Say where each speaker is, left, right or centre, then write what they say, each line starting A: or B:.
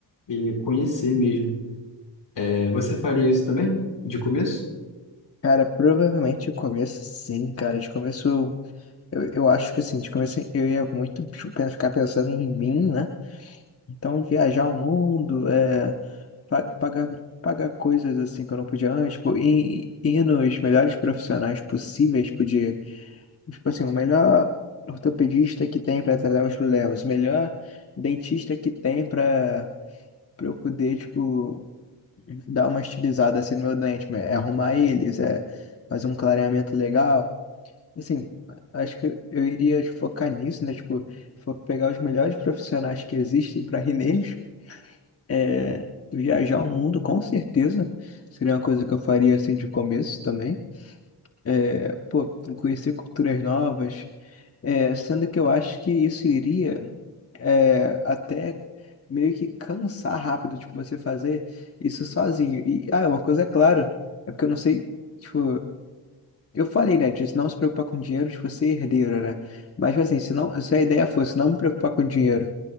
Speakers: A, on the left; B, on the left.
A: E conhecer mesmo. É, Você faria isso também? De começo?
B: Cara, provavelmente de começo, sim, cara. De começo, eu, eu acho que assim, de começo eu ia muito tipo, pe- ficar pensando em mim, né? Então, viajar o mundo, pa- pagar, pagar coisas assim que eu não podia antes, tipo, ir, ir nos melhores profissionais possíveis, podia, tipo assim, o melhor ortopedista que tem para tratar meus problemas, o melhor dentista que tem para para eu poder, tipo, dar uma estilizada assim no meu dente, é arrumar eles, é fazer um clareamento legal. Assim, acho que eu iria focar nisso, né? Tipo, fo- pegar os melhores profissionais que existem para ir neles é, viajar o mundo, com certeza, seria uma coisa que eu faria assim de começo também. É, pô, conhecer culturas novas, É, sendo que eu acho que isso iria é, até meio que cansar rápido, tipo, você fazer isso sozinho. E, ah, uma coisa é clara, é porque eu não sei, tipo, eu falei, né, de não se preocupar com dinheiro, de você ser herdeiro, né? Mas, tipo assim, se, não, se a ideia fosse não me preocupar com dinheiro